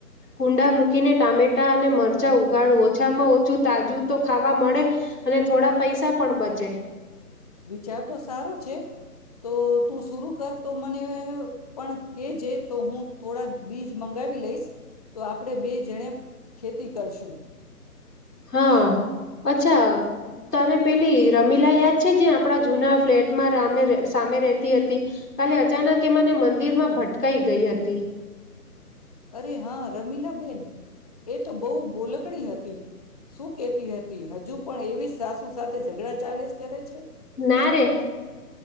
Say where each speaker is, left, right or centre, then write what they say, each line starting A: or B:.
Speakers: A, on the left; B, on the left.
A: કુંડા મૂકીને ટામેટા અને મરચાં ઉગાડું ઓછામાં ઓછું તાજું તો ખાવા મળે અને થોડા પૈસા પણ બચે
B: વિચાર તો સારો છે તો તું શરુ કર તો મને પણ કેજે તો હું થોડા બીજ મંગાવી લઈશ તો આપડે બે જણે ખેતી કરશું
A: હા અચ્છા તને પેલી રમીલા યાદ છે જે આપણા જૂના ફ્લેટમાં રામે સામે રતી હતી કાલે અચાનક એ મને મંદિર માં ભટકાઈ ગઈ હતી
B: અરે હા રમીલાબેન એ તો બહુ બોલકણી હતી શું કેતી હતી હજુ પણ એવી સાસુ સાથે ઝઘડા ચાલે જ કરે છે.
A: ના